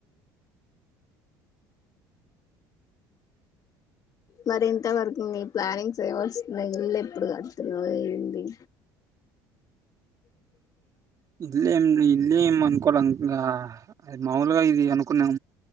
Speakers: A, on the left; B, on the right.
A: మరి ఇంతవరకు మీ ప్లానింగ్స్ ఏం వస్తున్నాయ్. ఇల్లేప్పుడు కడుతునవేంది.
B: ఇద్లేం ఇల్లు ఏం అనుకులం. ఇంగా మాములుగా ఇది అనుకున్నాం.